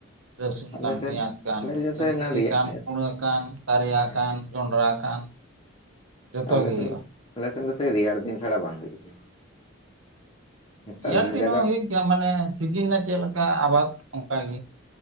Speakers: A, on the right; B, on the left.
A: ᱨᱟᱹᱥᱩᱱ
B: ᱟᱞᱮ
A: ᱠᱟᱱ,
B: ᱥᱮᱱ
A: ᱯᱮᱸᱭᱟᱡᱽ ᱠᱟᱱ,
B: ᱟᱞᱮ ᱥᱮ
A: ᱜᱟᱹᱫᱷᱟᱹᱨᱤ
B: ᱨᱮᱭᱟᱜ
A: ᱠᱟᱱ, ᱠᱩᱬᱟᱹ ᱠᱟᱱ ᱠᱟᱨᱭᱟ
B: ᱦᱮᱸ
A: ᱠᱟᱱ, ᱡᱚᱸᱰᱨᱟ ᱠᱟᱱ ᱡᱚᱛᱚ
B: ᱟᱞᱮ
A: ᱜᱮ
B: ᱥᱮᱱ
A: ᱦᱩᱭᱩᱜᱼᱟ
B: ᱫᱚ, ᱟᱞᱮ ᱥᱮᱱ ᱫᱚ ᱥᱮ ᱨᱮᱭᱟᱲ ᱫᱤᱱ ᱪᱷᱟᱲᱟ ᱵᱟᱝ ᱦᱩᱭᱩᱜ ᱜᱮᱭᱟ᱾ ᱱᱮᱛᱟᱨ
A: ᱨᱮᱭᱟᱲ
B: ᱫᱤᱱᱟᱜ
A: ᱫᱤᱱ
B: ᱡᱟᱭᱜᱟ
A: ᱦᱚᱸ ᱦᱩᱭᱩᱜ
B: ᱠᱚ
A: ᱜᱮᱭᱟ ᱢᱟᱱᱮ ᱥᱤᱡᱤᱱ ᱨᱮᱱᱟᱜ ᱪᱮᱫ ᱞᱮᱠᱟ ᱟᱵᱟᱫ ᱚᱝᱠᱟ ᱜᱮ᱾